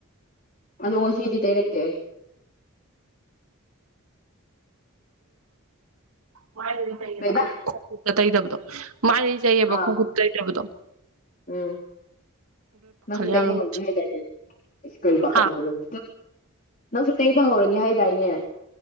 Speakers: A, on the left; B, on the right.
A: ꯑꯗꯣ ꯉꯁꯤꯗꯤ ꯇꯩꯔꯛꯇꯦ ꯑꯩ
B: ꯈꯣꯡ
A: ꯀꯩꯕ
B: ꯈꯨꯠꯇ ꯇꯩꯗꯕꯗꯣ ꯂꯩꯌꯦꯕ
A: ꯑꯥ
B: ꯈꯣꯡ ꯈꯨꯠ ꯇꯩꯅꯕꯗꯣ
A: ꯎꯝ ꯅꯪꯁꯨ ꯇꯩꯕ
B: ꯌꯥꯝꯅ
A: ꯉꯧꯅꯤ ꯍꯥꯏꯗꯥꯏꯅꯦ ꯀꯔꯤ ꯄꯥꯈꯠꯂꯤꯕꯣ
B: ꯍꯥ
A: ꯅꯪ ꯅꯪꯁꯨ ꯇꯩꯕ ꯍꯧꯔꯅꯤ ꯍꯥꯏꯗꯥꯏꯅꯦ